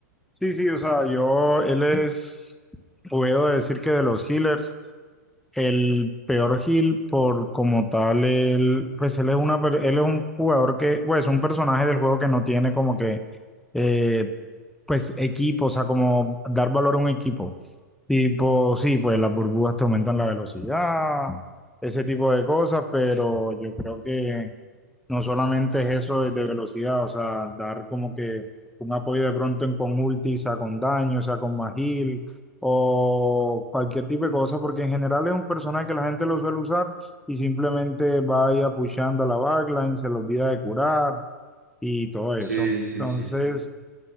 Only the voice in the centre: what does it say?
Sí, sí, o sea, yo, él es, puedo decir que de los healers. El peor Gil, por como tal, él, pues él es una, per- él es un jugador que, pues, un personaje del juego que no tiene como que, eh, pues, equipo, o sea, como dar valor a un equipo. Tipo,
sí, pues las burbujas te aumentan la velocidad, ese tipo de cosas, pero yo creo que no solamente es eso de de velocidad, o sea, dar como que un apoyo de pronto en con ulti, o sea, con daño, o sea, con magil o cualquier tipo de cosa, porque en general es un personaje que la gente lo suele usar y simplemente va ahí apuchando a la backline, se le olvida de curar y todo eso.
Entonces,